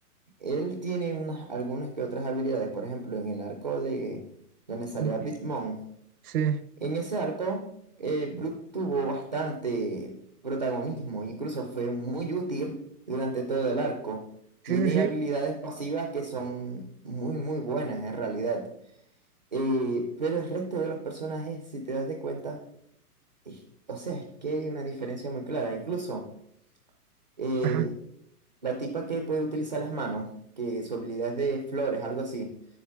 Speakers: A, on the right; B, on the right.
A: él tiene unas, algunas que otras habilidades. Por ejemplo, en el arco de donde salía
B: Sí,
A: Bitmon.
B: sí,
A: En ese arco, eh, Brook tuvo bastante protagonismo. Incluso fue muy útil durante todo el arco.
B: sí,
A: Tiene
B: sí.
A: habilidades pasivas que son muy, muy buenas en realidad. Eh, pero el resto de los personajes, si te das de cuenta, eh, o sea, es que hay una diferencia muy clara. Incluso. eh,
B: Ajá.
A: La tipa que puede utilizar las manos, que su habilidad es de flores, algo así.